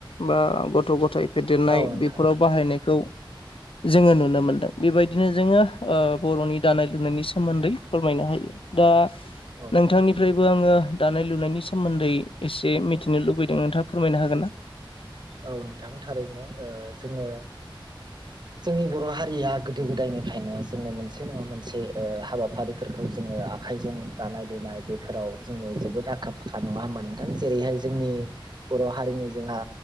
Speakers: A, on the left; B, on the right.
A: बा गथ' गथाय फेदेरनाय
B: औ नोंथां
A: बेफोराव बाहायनायखौ जोङो नुनो मोनदों बेबायदिनो जोङो बर'नि दानाय लुनायनि सोमोन्दै फोरमायनो हायो। दा
B: औ नोंथां
A: नोंथांनिफ्रायबो आङो दानाय लुनायनि सोमोन्दै एसे मिथिनो लुबैदों नोंथाङा फोरमायनो हागोन ना? <inaudible> <unintelligible>
B: औ नोंथां थारैनो जोङो जोंनि बर' हारिया गोदो गोदायनिफ्रायनो जोङो मोनसे नङा मोनसे हाबाफारिफोरखौ जों आखाइजों दानाय लुनाय बेफोराव जोङो जेबोद आखा फाखा नङा होमबा नोंथां। जेरैहाय जोंनि बर' हारिनि जोंहा